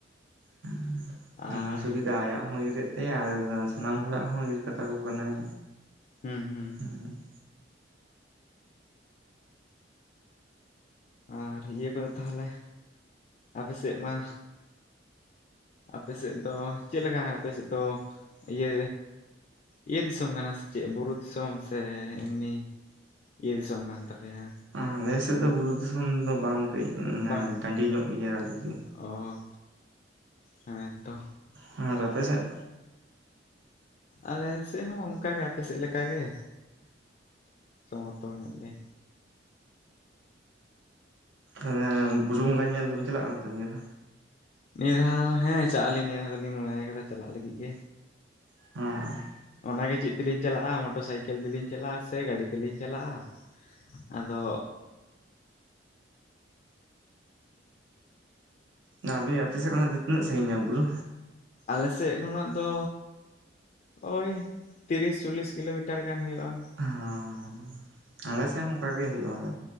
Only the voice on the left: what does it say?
ᱟᱨ
ᱦᱮᱸ ᱦᱮᱸ
ᱟᱨ ᱤᱭᱟᱹ ᱠᱚᱫᱚ ᱛᱟᱦᱚᱞᱮ ᱟᱯᱮ ᱥᱮᱫ ᱢᱟ ᱟᱯᱮᱥᱮᱫ ᱫᱚ ᱪᱮᱫ ᱞᱮᱠᱟ ᱟᱯᱮᱥᱮᱫ ᱫᱚ ᱤᱭᱟᱹ ᱤᱭᱟᱹ ᱫᱤᱥᱚᱢ ᱠᱟᱱᱟ ᱥᱮ ᱪᱮᱫ ᱵᱩᱨᱩ ᱫᱤᱥᱚᱢ ᱥᱮ ᱮᱢᱱᱤ? ᱤᱭᱟᱹ ᱫᱤᱥᱚᱢ ᱠᱟᱱ ᱛᱟᱯᱮᱭᱟ
ᱵᱟᱝ
ᱚ ᱦᱮᱸᱛᱚ
ᱟᱞᱮ ᱥᱮᱫ ᱦᱚᱸ ᱚᱱᱠᱟ ᱜᱮ ᱟᱯᱮ ᱥᱮᱫ ᱞᱮᱠᱟ ᱜᱮ ᱥᱚᱢᱚᱛᱚᱞ ᱧᱚᱜ ᱜᱮ
ᱱᱤᱭᱟᱹ ᱫᱷᱟᱣ ᱦᱮᱸ ᱪᱟ ᱟᱹᱞᱤᱧ ᱱᱤᱭᱟᱹ ᱫᱷᱟᱣ ᱫᱚᱞᱤᱧ ᱢᱚᱱᱮ ᱠᱟᱫᱟ ᱪᱟᱞᱟᱜ ᱞᱟᱹᱜᱤᱫ ᱜᱮ
ᱚᱱᱟᱜᱮ ᱪᱮᱫ ᱛᱮᱞᱤᱧ ᱪᱟᱞᱟᱜᱼᱟ ᱢᱚᱴᱚᱨ ᱥᱟᱭᱠᱮᱞ ᱛᱮᱞᱤᱧ ᱪᱟᱞᱟᱜᱼᱟ ᱥᱮ ᱜᱟᱹᱰᱤ ᱛᱮᱞᱤᱧ ᱪᱟᱞᱟᱜᱼᱟ ᱟᱫᱚᱼᱼ
ᱟᱞᱮᱥᱮᱫ ᱠᱷᱚᱱᱟᱜ ᱫᱚᱼᱼ ᱳᱭ ᱛᱤᱨᱤᱥ ᱪᱚᱞᱞᱤᱥ ᱠᱤᱞᱳᱢᱤᱴᱟᱨ ᱜᱟᱱ ᱦᱩᱭᱩᱜᱼᱟ